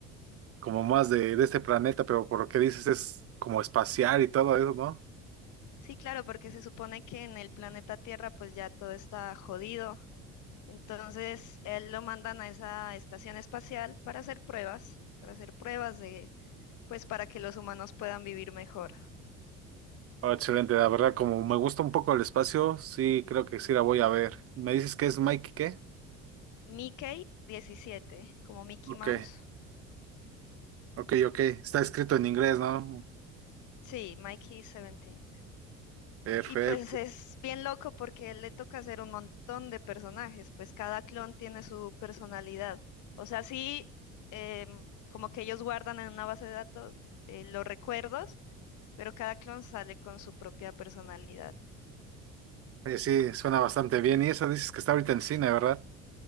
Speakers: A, on the right; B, on the left.
A: como más de, de este planeta, pero por lo que dices es como espacial y todo eso, ¿no?
B: Sí, claro, porque se supone que en el planeta Tierra pues ya todo está jodido Entonces, él lo mandan a esa estación espacial para hacer pruebas, para hacer pruebas de, pues, para que los humanos puedan vivir mejor.
A: Oh, excelente, la verdad, como me gusta un poco el espacio, sí, creo que sí la voy a ver. ¿Me dices que es Mike qué?
B: Mickey diecisiete, como Mickey
A: Ok,
B: Mouse.
A: ok, ok. Está escrito en inglés, ¿no?
B: Sí, Mikey 17.
A: Perfecto.
B: Y pues es bien loco porque él le toca hacer un montón de personajes, pues cada clon tiene su personalidad. O sea, sí, em, como que ellos guardan en una base de datos eh, los recuerdos, pero cada clon sale con su propia personalidad.
A: Oye, sí, suena bastante bien. Y esa dices que está ahorita en cine, ¿verdad?